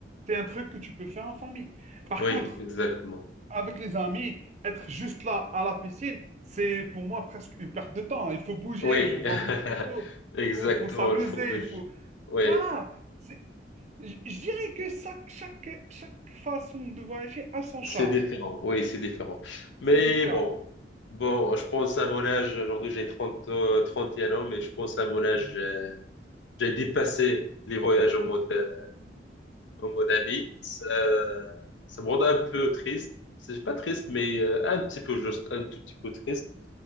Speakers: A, on the right (about 40°); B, on the left (about 80°).
A: c'est un truc que tu peux faire en famille. Par
B: oui,
A: contre,
B: exactement.
A: avec les amis, être juste là à la piscine, c'est pour moi presque une perte de temps. Il faut bouger,
B: Oui,
A: il faut voir
B: <laughs>
A: d'autres choses,
B: exactement,
A: il faut, faut s'amuser,
B: le faux BG.
A: il faut...
B: Oui,
A: Voilà. Je je dirais que ça, chaque, chaque façon de voyager a son
B: c'est
A: charme.
B: différent. Oui, c'est différent. Mais
A: C'est différent.
B: bon, bon, je pense à mon âge, aujourd'hui j'ai 30 euh, 31 ans, mais je pense à mon âge,
A: Mm,
B: euh, j'ai dépassé les voyages en mode, euh, en mode ami. Ça, ça me rend un
A: mm.
B: peu triste. C'est pas triste, mais euh, un petit peu juste, un tout petit peu triste.